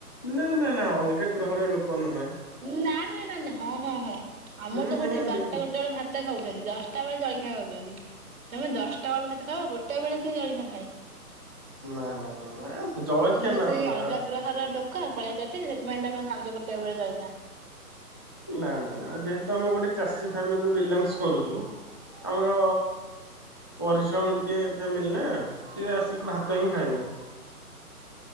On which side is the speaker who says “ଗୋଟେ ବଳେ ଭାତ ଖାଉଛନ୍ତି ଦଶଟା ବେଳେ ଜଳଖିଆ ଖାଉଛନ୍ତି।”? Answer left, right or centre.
Right